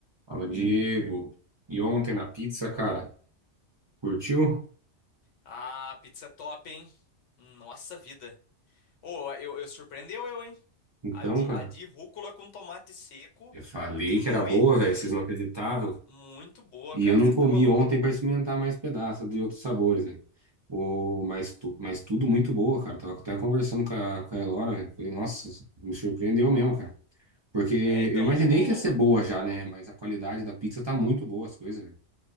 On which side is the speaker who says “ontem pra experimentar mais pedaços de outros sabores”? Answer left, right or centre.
Right